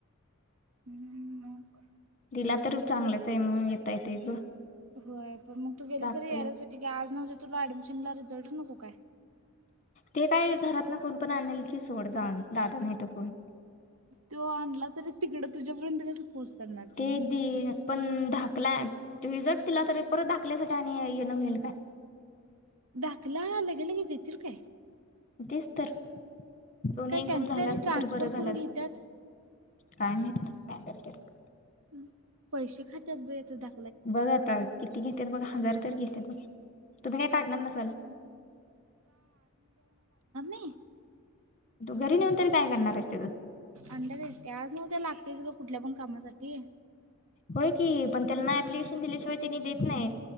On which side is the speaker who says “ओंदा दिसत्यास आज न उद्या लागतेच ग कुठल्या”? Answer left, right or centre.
Right